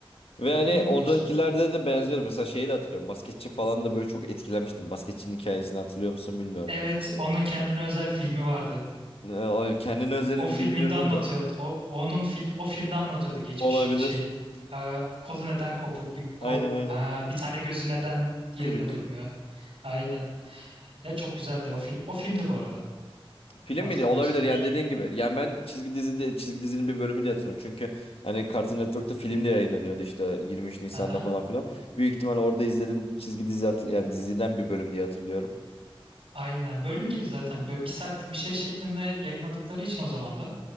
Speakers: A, on the left; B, on the right.
A: Ve hani
B: bilmiyorum
A: oradakilerde
B: ki dostum.
A: de benziyordu. Mesela şeyi de hatırlıyorum. Basketçi falan da böyle çok etkilenmiştim. Basketçinin hikayesini hatırlıyor musun bilmiyorum.
B: Evet, onun kendine özel filmi vardı.
A: E, o- Kendine özelimi
B: O filminde
A: bilmiyorum
B: anlatıyordu.
A: da.
B: O onun fil, o filmde anlatıyordu geçmişini.
A: Olabilir.
B: Şey, e, kolu neden kopuk, bir kol,
A: Aynen aynen.
B: e, bir tane gözü neden yerinde
A: Kırık.
B: durmuyor. Aynen. Ya çok güzeldi o film. O filmdi bu arada.
A: Film
B: Hatırlamıyorsan
A: miydi? Olabilir
B: eğer.
A: yani dediğin gibi. Yani ben çizgi dizi diye- çizgi dizinin bir bölümünü de hatırlıyorum. Çünkü hani Cartoon Network'ta film de yayınlanıyordu işte 23 Nisan'da
B: Aha.
A: falan filan. Büyük ihtimal orada izledim çizgi dizi hatır yani diziden bir bölüm diye hatırlıyorum.
B: Aynen. Bölüm gibi zaten. Böyle bir saatlik bir şey şeklinde yayınladıkları için o zaman da.